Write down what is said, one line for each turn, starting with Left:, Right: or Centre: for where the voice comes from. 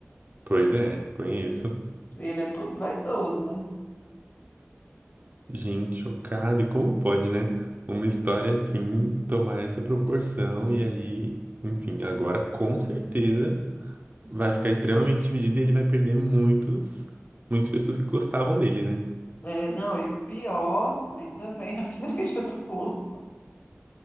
Right: Pois é, conheço.
Left: Ele é todo vaidoso, né?
Right: Gente, chocado. E como pode, né? Uma história assim tomar essa proporção e aí, enfim, agora com certeza. vai ficar extremamente dividido e ele vai perder muitos, muitas pessoas que gostavam dele, né?
Left: É, não, e o pior, ainda vem a <laughs> cereja do bolo.